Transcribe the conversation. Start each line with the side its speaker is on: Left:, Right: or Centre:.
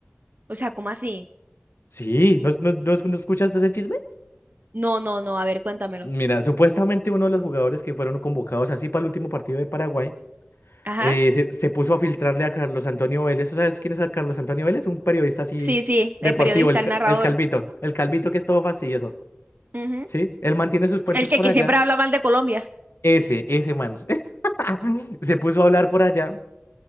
Right: O sea, ¿cómo así?
Left: Sí, ¿no, es- no, no es- no escuchaste ese chisme?
Right: No, no, no, a ver, cuéntamelo.
Left: Mira, supuestamente uno de los jugadores que fueron convocados así para el último partido de Paraguay
Right: Ajá.
Left: eh, se, se puso a filtrarle a Carlos Antonio Vélez. ¿Tú sabes quién es a Carlos Antonio Vélez? Un periodista así
Right: Sí, sí, el
Left: deportivo,
Right: periodista,
Left: el,
Right: el
Left: ca-
Right: narrador.
Left: el calvito, el calvito que es todo fastidioso.
Right: Ujú.
Left: ¿Sí? Él mantiene sus fuentes
Right: El que,
Left: por
Right: que
Left: allá.
Right: siempre habla mal de Colombia.
Left: Ese, ese man. <laughs> <laughs> Se puso a hablar por allá